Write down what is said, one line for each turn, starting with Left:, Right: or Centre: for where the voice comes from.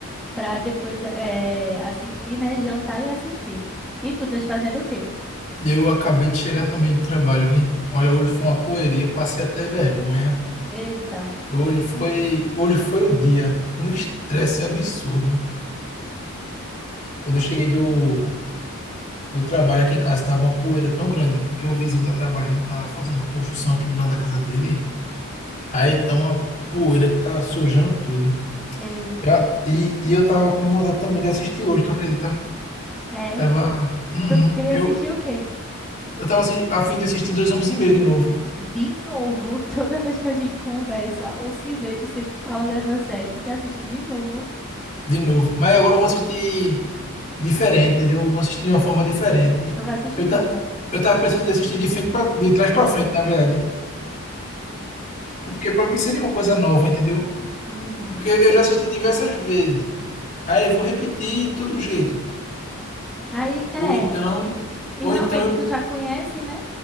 Centre: para depois eh, assistir, né? Jantar e assistir. E tu, estás fazendo o quê?
Left: Eu acabei de chegar também de trabalho, vi. Olha, hoje foi uma correria, passei até vergonha.
Centre: Eita,
Left: Hoje foi, hoje foi o dia, um estresse absurdo. Quando eu cheguei do, Do trabalho aqui em casa tava uma poeira tão grande, porque o vizinho tá trabalhando, tá fazendo uma construção aqui do lado da casa dele. Aí tá uma poeira que tá sujando tudo.
Centre: Eita.
Left: Já- E, e eu tava com vontade também de assistir hoje, tu acredita?
Centre: É,
Left: Tava. Uhum.
Centre: tu queria
Left: Eu,
Centre: assistir o quê?
Left: eu tava assi- a fim de assistir Dois Homens e Meio de novo.
Centre: De novo, <laughs> toda vez que a gente conversa ou se vê, tu sempre fala dessa série. Tu quer assistir de novo?
Left: De novo. Mas agora eu vou assistir diferente, entendeu? Eu vou assistir de uma forma diferente.
Centre: Tu vai assistir
Left: Eu,
Centre: como?
Left: ta, eu tava pensando em assistir de frente pra, de trás pra frente, na verdade. Porque pra mim seria uma coisa nova, entendeu?
Centre: Uhum.
Left: Porque eu já assisti diversas vezes. Aí eu vou repetir de todo jeito.
Centre: Aí, é.
Left: Ou então,
Centre: E
Left: ou
Centre: realmente
Left: então eu,
Centre: tu já conhece, né?